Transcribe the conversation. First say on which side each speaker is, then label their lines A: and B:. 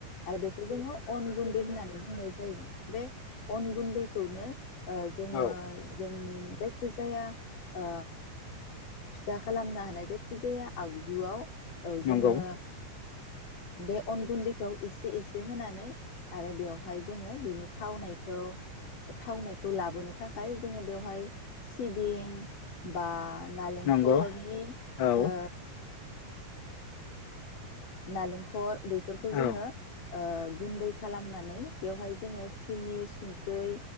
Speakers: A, on the left; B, on the left.
A: आरो बेखौ जोङो अन गुन्दै होननानै बुंनाय जायो बे अन गुन्दैखौनो ओ जोङो
B: औ
A: जोंनि जायखिजाया ओ फिथा खालामना हानाय जायखिजाया आगजुआव औ जोङो
B: नंगौ
A: बे अन गुन्दैखौ इसे इसे होनानै आरो बेवहाय जोङो बिनि थावनायखौ थावनायखौ लाबोनो थाखाय जोङो बेवहाय सिबिं बा नालेंखरनि
B: नंगौ औ
A: ओ नारेंखल बेफोरखौ
B: औ
A: जोङो ओ गुन्दै खालामनानै बेवहाय जोङो सिनि संख्रै